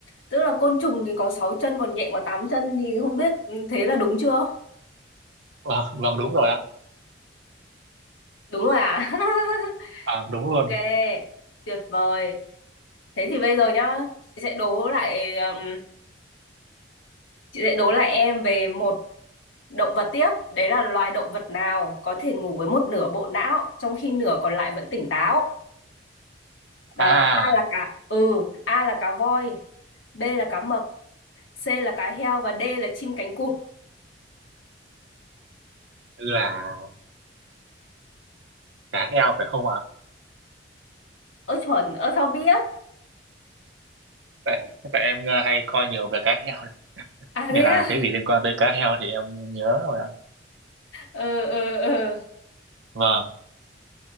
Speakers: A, on the left; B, on the right.
A: Tức là côn trùng thì có 6 chân còn nhện có 8 chân thì không biết thế là đúng chưa?
B: vâng vâng đúng rồi ạ
A: Đúng rồi à? <laughs>
B: à, đúng luôn
A: Ok, tuyệt vời. Thế thì bây giờ nhá, chị sẽ đố lại um, chị sẽ đố lại em về một động vật tiếp. Đấy là loài động vật nào có thể ngủ với một nửa bộ não trong khi nửa còn lại vẫn tỉnh táo. Đó,
B: à
A: A là cá, ừ, A là cá voi, B là cá mập, C là cá heo và D là chim cánh cụt.
B: là cá heo phải không ạ
A: Ơ chuẩn, ơ sao biết?
B: tại tại em à, hay coi nhiều về cá heo đấy.
A: À
B: nên
A: thế
B: là
A: à?
B: cái gì liên quan tới cá heo thì em nhớ rồi ạ
A: Ừ ừ ừ.
B: vâng